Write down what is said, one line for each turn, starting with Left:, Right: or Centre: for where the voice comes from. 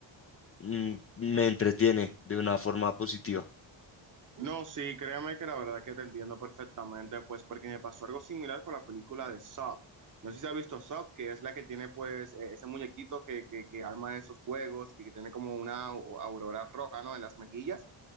Left: mm, me entretiene de una forma positiva.
Right: No, sí, créeme que la verdad que te entiendo perfectamente, pues porque me pasó algo similar con la película de Saw. No sé si has visto Saw, que es la que tiene pues eh, ese muñequito que, que, que arma esos juegos, que, que tiene como una au- aurora roja, ¿no? En las mejillas.